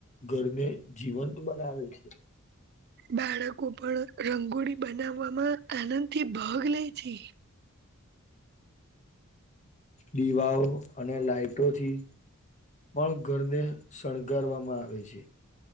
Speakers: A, on the left (about 35°); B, on the right (about 50°).
A: ઘરને જીવંત બનાવે છે.
B: બાળકો પણ રંગોળી બનાવવામાં આનંદ થી ભાગ લે છે.
A: દીવાઓ અને લાાઈટોથી પણ ઘરને શણગારવામાં આવે છે.